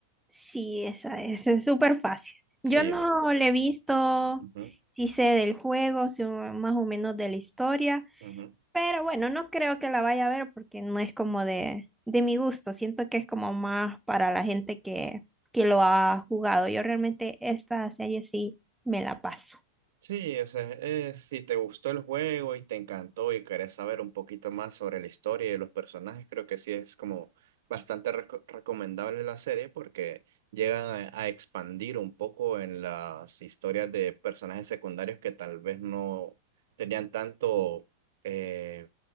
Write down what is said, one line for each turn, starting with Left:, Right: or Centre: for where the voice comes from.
Centre: Sí, esa es, es súper fácil.
Right: Sí,
Centre: Yo no
Right: la.
Centre: le he visto,
Right: ujú,
Centre: sí sé del juego, sí, más o menos de la historia,
Right: ujú.
Centre: pero bueno, no creo que la vaya a ver porque no es como de, de mi gusto. Siento que es como más para la gente que, que lo ha jugado. Yo realmente esta serie sí me la paso.
Right: Sí, o sea, eh, si te gustó el juego y te encantó y querés saber un poquito más sobre la historia y los personajes, creo que sí es como bastante reco- recomendable la serie porque llegan a, a expandir un poco en las historias de personajes secundarios que tal vez no tenían tanto, eh,